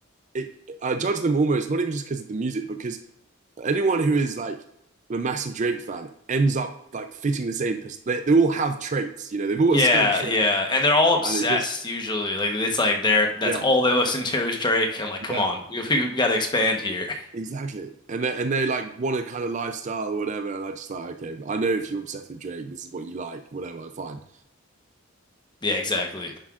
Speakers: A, on the right; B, on the left.
A: it. I judge them almost not even just because of the music, because anyone who is like a massive Drake fan ends up like fitting the same. pers- They, they all have traits, you know. They've all
B: Yeah,
A: got certain traits
B: yeah. And they're all obsessed
A: and it just
B: usually. Like it's like they're that's
A: yeah
B: all they listen to is Drake. I'm like, come
A: yeah
B: on. <laughs> We, we gotta expand here. <laughs>
A: exactly and they and they like want a kind of lifestyle or whatever and i just like okay i know if you're obsessed with drake this is what you like whatever fine
B: Yeah, exactly.